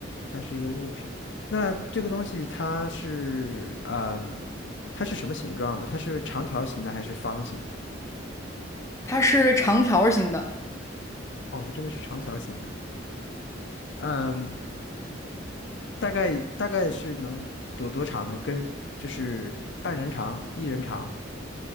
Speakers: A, on the left; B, on the left.
A: 它是一个物品。那这个东西它是嗯，它是什么形状的？它是长条形的还是方形的？
B: 它是长条形的。
A: 哦，它真的是长条形的。嗯，大概大概是能多多长呢？跟就是半人长、一人长